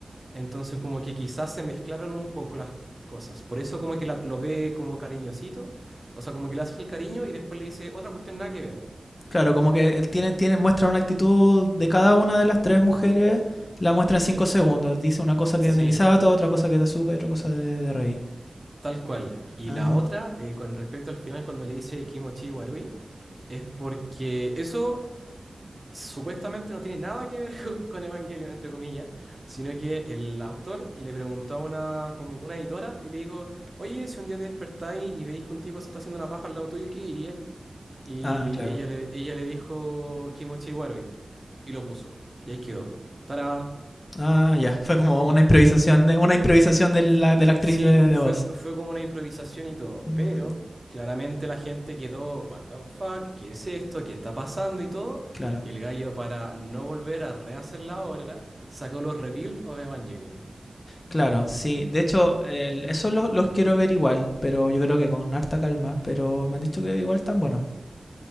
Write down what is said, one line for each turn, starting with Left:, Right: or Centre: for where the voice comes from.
Right: Entonces como que quizás se mezclaron un poco las cosas. Por eso como que la- lo ve como cariñosito, o sea, como que le hace el cariño y después le dice otra cuestión nada que ver.
Left: Claro, como que él tiene, tiene, muestra una actitud de cada una de las tres mujeres, la muestra en cinco
Right: Eh,
Left: segundos. Dice una cosa
Right: sí.
Left: que es de Misato, otra cosa que es de Azuka y otra cosa de, de Rei.
Right: Tal cual. Y
Left: Ah,
Right: la otra, eh, con respecto al final, cuando le dice Kimochi Warui, es porque eso supuestamente no tiene nada que ver <laughs> con, con Evangelion, entre comillas, sino que el autor le preguntó a una, como una editora y le dijo, oye, si un día te despertáis y veis que un tipo se está haciendo una paja al lado tuyo, ¿qué diríais? Y
Left: ah, claro.
Right: ella le, ella le dijo Kimochi Warui y lo puso. Y ahí quedó. Tará.
Left: Ah, ya. Fue como una improvisación de una improvisación de la,
Right: Sí,
Left: de la actriz
Right: sí,
Left: de,
Right: fue,
Left: de voz.
Right: fue como una improvisación y todo,
Left: Mm,
Right: pero claramente la gente quedó, what the fuck, ¿qué es esto? ¿Qué está pasando? y todo.
Left: claro,
Right: Y el gallo, para no volver a rehacer la obra, sacó los Rebuild of Evangelion.
Left: claro, sí. De hecho, el- esos los, los quiero ver igual, pero yo creo que con harta calma. Pero me han dicho que igual están buenos.